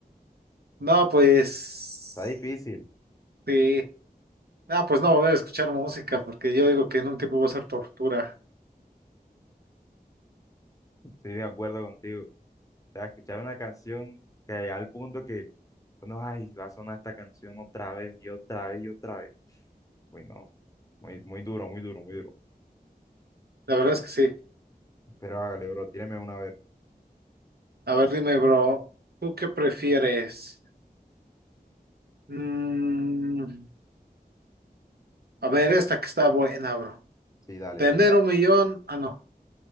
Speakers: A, on the right; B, on the left.
A: No, pues,
B: Está difícil.
A: sí. No, pues no va a haber escuchar música, porque yo digo que en un tiempo va a ser tortura.
B: <laughs> Estoy de acuerdo contigo. sea, escuchar una canción que al punto que uno, ay, va a sonar esta canción otra vez y otra vez y otra vez. Uy, no muy, muy duro, muy duro, muy duro.
A: La verdad es que sí.
B: Pero hágale, bro, tíreme una a ver.
A: A ver, dime, bro, ¿tú qué prefieres? Mm, a ver, esta que está buena, bro.
B: Sí, dale.
A: Tener un millón, ah, no,